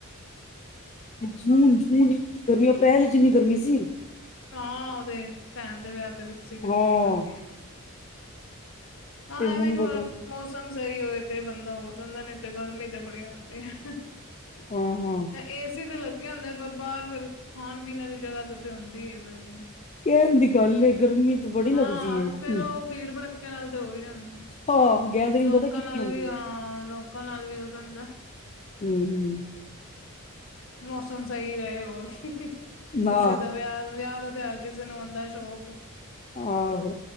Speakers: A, on the left; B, on the left.
A: ਜੂਨ- ਜੂਨ ਏਨੀ ਗਰਮੀ, ਅਪ੍ਰੈਲ ਚ ਏਨੀ ਗਰਮੀ ਸੀ।
B: ਹਾਂ ਉਹਦੇ ਪੈਣ ਦੇ ਵਿਆਹ ਤੇ ਰੁੱਪਸੀ ਤੇ ਕਿੰਨੀ
A: ਹਾਂ
B: ਗਰਮੀ ਹੈ ਸੀ। ਹਾਂ
A: ਤੇ
B: ਐਵੇਂ
A: ਹੁਣ
B: ਥੋੜਾ
A: ਪਤਾ
B: ਮੌਸਮ ਮੌਸਮ ਸਹੀ ਹੋਵੇ ਤੇ ਬੰਦਾ ਉਹ ਚਾਹੁੰਦਾ ਨੇ ਤੇ ਗਰਮੀ ਤੇ ਬੜੀ ਹੁੰਦੀ ਹੈ।
A: ਹੂੰ- ਹੂੰ।
B: ਏ ਸੀ ਤੇ ਲੱਗੇ ਹੁੰਦੇ ਪਰ ਬਾਹਰ ਫੇਰ ਖਾਣ- ਪੀਣ ਵਾਲੀ ਜਗਾ ਤੇ, ਤੇ ਹੁੰਦੀ ਹੈ ਗਰਮੀ।
A: ਕਹਿਣ ਦੀ ਗੱਲ ਏ, ਗਰਮੀ ਤੇ ਬੜੀ
B: ਹਾਂ
A: ਲੱਗਦੀ ਏ ਹੂੰ।
B: ਫੇਰ ਉਹ ਭੀੜ ਭੜੱਕਕੇ ਨਾਲ ਤੇ ਹੋ ਹੀ ਜਾਂਦੀ,
A: ਹਾਂ ਗੈਦਰਿੰਗ
B: ਲੋਕਾਂ
A: ਪਤਾ ਕਿੰਨੀ
B: ਨਾਲ
A: ਹੁੰਦੀ
B: ਵੀ ਹਾਂ
A: ਏ।
B: ਲੋਕ ਲੋਕਾ ਨਾਲ ਵੀ ਹੋ ਜਾਂਦਾ ਹੈ।
A: ਹੂੰ- ਹੂੰ।
B: ਮੌਸਮ ਸਹੀ ਰਹੇ ਹੋਰ ਕੀ, ਕਿਸੇ
A: ਨਾ
B: ਦਾ ਵਿਆਹ ਵਿਆਹ ਦਾ ਤੇ ਹਰ ਕਿਸੇ ਨੂੰ ਹੁਦਾ ਹੈ ਸ਼ੌਕ।
A: ਆਹੋ